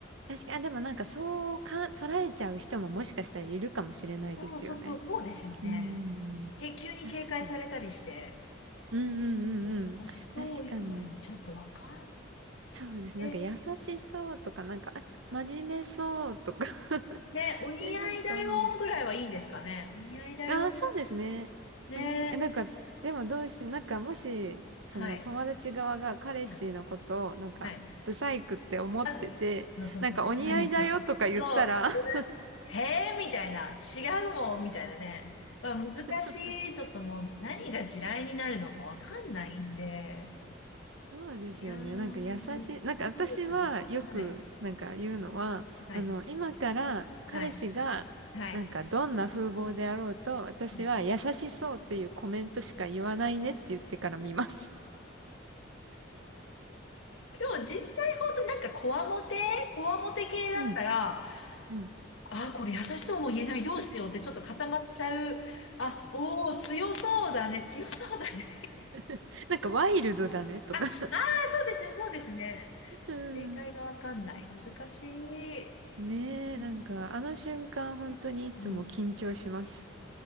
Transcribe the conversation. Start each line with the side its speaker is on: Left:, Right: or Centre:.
Right: 確かに、あ、でもなんかそうか、捉えちゃう人ももしかしたらいるかもしれないですよね。
Left: そうそうそう、そうですよね。
Right: うーん。
Left: け、急に警戒されたりして。
Right: 確かに。うんうんうんうん。
Left: 優しそう以外にちょっとわかん、
Right: 確かに。そうです。
Left: え、
Right: なんか優しそうとか、なんか、あ真面目そうとか <laughs>
Left: ね、お似合いだよぐらいはいいんですかね。
Right: え、なんか、うん
Left: お似合いだよ。
Right: あーそうですね。
Left: ね、
Right: まあに、えなんか、でもどうし、なんか、もし、その友達側が彼氏のことを、
Left: はい。うん
Right: なんか、
Left: はい。
Right: ブサイクって思ってて、
Left: あ、そうそうそう、
Right: なんか、
Left: そうなんですよ。
Right: お似合いだよとか言ったら
Left: そう。
Right: <laughs>
Left: ええー、みたいな。違うもん、みたいなね。まあ、難しい。
Right: そう
Left: ちょっともう、何が地雷になるのかわかんないんで。
Right: そうですよね。
Left: いやー、難しいな。
Right: なんか優しい。なんか私はよくなんか言うのは、
Left: はい。はい。
Right: あの、今から彼氏がなんかどんな風貌であろうと、
Left: はい。はい。
Right: 私は優しそうっていうコメントしか言わないねって言ってから見ます。
Left: でも実際本当になんかこわもてこわもて系だったら、
Right: <laughs> うん。うん。
Left: ああ、これ優しそうも言えない、どうしようってちょっと固まっちゃう。あ、おお、強そうだね、強そうだね。
Right: <laughs> なんかワイルドだねとか。
Left: <laughs> あ、ああ、そうですね、そうですね。
Right: <laughs> うん。
Left: もう正解がわかんない。難しい。
Right: <laughs> ねえ、
Left: うん。
Right: なんかあの瞬間本当にいつも緊張します。
Left: うん